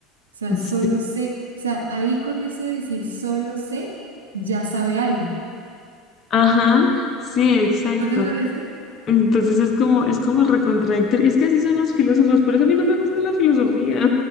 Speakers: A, on the right; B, on the left.
A: sea,
B: <laughs> Sí.
A: solo sé. O sea, ahí con eso de decir solo sé, ya sabe algo.
B: Ajá, sí, exacto.
A: ¿No te parece?
B: Entonces es como, es como recontradictorio. Es que así son los filósofos, por
A: <laughs>
B: eso a mí no me gusta la filosofía.